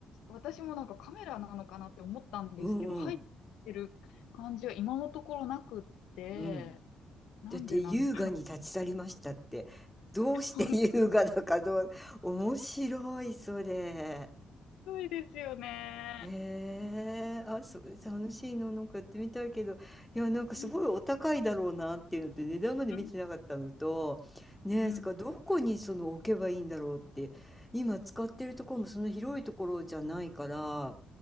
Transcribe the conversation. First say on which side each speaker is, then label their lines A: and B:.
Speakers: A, on the left; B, in the centre.
A: 私もなんかカメラなのかなって思ったんですけど、
B: うんうん。
A: 入ってる感じは今のところなくって、
B: うん。
A: なんでなんだろ
B: だって優雅に立ち去りましたって、どうして優雅だかどう面白い、
A: う。<laughs> す
B: それ。
A: ごいですよね。
B: へえ、あ、そう楽しいの、なんかやってみたいけど、いや、なんかすごいお高いだろうなっていうのと、
A: うん
B: 値段まで見てなかったのと、
A: うん
B: ねえ、
A: うん。
B: それからどこにその置けばいいんだろうって、今使ってるところもそんな広いところじゃないから、